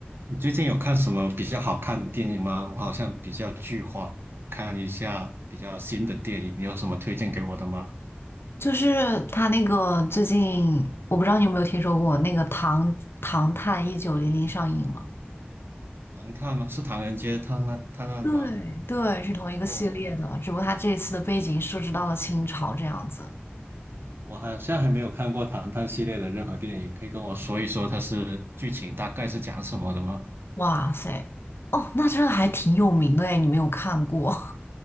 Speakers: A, on the right; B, on the left.
A: 你最近有看什么比较好看的电影吗？我好像比较剧荒，看一下比较新的电影，你有什么推荐给我的吗？
B: 就是他那个最近，我不知道你有没有听说过那个唐《唐探一九零零》上映了。
A: 唐探吗？是《唐人街探案探案》吗？
B: 对对，是同一个系列的，
A: 哦，
B: 只不过他这次的背景设置到了清朝这样子。
A: 我好像还没有看过《唐探》系列的任何电影，可以跟我说一说它是剧情大概是讲什么的吗？
B: 哇塞，哦，那这个还挺有名的哎，你没有看过？